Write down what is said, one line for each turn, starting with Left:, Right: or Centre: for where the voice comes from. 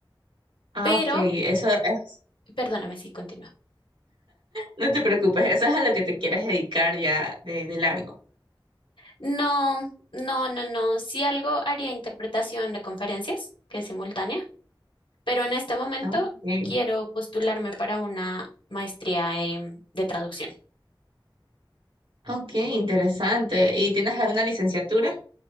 Right: Ah,
Left: Pero
Right: ok. Eso es.
Left: Perdóname si continúa.
Right: No te preocupes, eso es a lo que te quieres dedicar ya de, de largo.
Left: No, no, no, no. Si algo haría interpretación de conferencias, que es simultánea, pero en este momento
Right: Ah, Ok,
Left: quiero postularme para una maestría em, de traducción.
Right: Ok, interesante. ¿Y tienes alguna licenciatura?